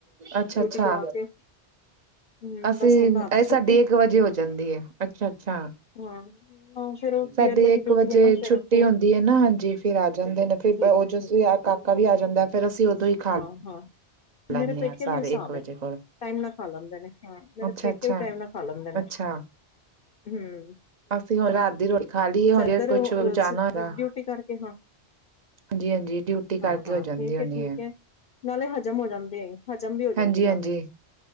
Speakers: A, on the right (about 40°); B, on the left (about 55°).
A: ਅੱਛਾ-ਅੱਛਾ।
B: ਡਿਊਟੀ ਤੋਂ ਆ ਕੇ ਹਮ
A: ਅਸੀਂ,
B: ਬਸ ਹੁਣ ਰਾਤ ਦੀ
A: ਇਹ
B: ਛੁੱਟੀ
A: ਸਾਡੀ ਇੱਕ ਵਜੇ ਹੋ ਜਾਂਦੀ ਏ, ਅੱਛਾ-ਅੱਛਾ।
B: ਹਾਂ ਫੇਰ ਉਹ ਬੀ
A: ਸਾਡੇ
B: ਐਲ ਓ ਦੀ
A: ਇੱਕ
B: ਡਿਊਟੀ
A: ਵਜੇ
B: ਹੈ ਨਾ ਫੇਰ
A: ਛੁੱਟੀ
B: ਉੱਥੇ
A: ਹੁੰਦੀ ਹੈ ਨਾ ਹਾਂਜੀ, ਫਿਰ ਆ ਜਾਂਦੇ ਨੇ। ਫਰ
B: ਠੀਕ
A: ਉਹ
B: ਹੈ
A: ਜਸੁ ਅ ਕਾਕਾ ਵੀ ਆ ਜਾਂਦਾ ਏ, ਫੇਰ ਅਸੀਂ ਉਦੋਂ ਹੀ ਖਾ
B: ਹਾਂ-ਹਾਂ,
A: ਲੈਂਦੇ
B: ਮੇਰੇ ਪੇਕੇੇ
A: ਹਾਂ ਸਾਰੇ
B: ਵੀ ਏਹ ਹਿਸਾਬ
A: ਇੱਕ ਵਜੇ
B: ਐ।
A: ਕੋਲ
B: ਟਾਈਮ ਨਾਲ ਖਾ ਲੈਂਦੇ ਨੇ ਹਾਂ ਮੇਰੇ
A: ਅੱਛਾ
B: ਪੇਕੇ
A: ਅੱਛਾ
B: ਵੀ ਟਾਈਮ ਨਾਲ ਖਾ ਲੈਂਦੇ ਨੇ,
A: ਅੱਛਾ,
B: ਹੂੰ।
A: ਅਸੀਂ ਹੁਣ
B: ਹਾਂ,
A: ਰਾਤ ਦੀ ਰੋਟੀ ਖਾ ਲਈ
B: ਬਸ
A: ਏ, ਹੁਣ
B: ਏਧਰ
A: ਕੁਛ
B: ਅ
A: ਜਾਣਾ
B: ਸੀ
A: ਹੈਗਾ।
B: ਡਿਊਟੀ ਕਰਕੇ ਹਾਂ
A: ਹਾਂਜੀ-ਹਾਂਜੀ, ਡਿਊਟੀ ਕਰਕੇ
B: ਹਾਂ ਹਾਂ
A: ਹੋ ਜਾਂਦੀ
B: ਠੀਕ
A: ਹੋਣੀ
B: ਹੈ ਠੀਕ
A: ਏ।
B: ਹੈ ਨਾਲੇ ਹਜ਼ਮ ਹੋ ਜਾਂਦੀ, ਹਜ਼ਮ ਵੀ ਹੋ ਜਾਂਦੀ
A: ਹਾਂਜੀ-ਹਾਂਜੀ।
B: ਨਾਲੇ।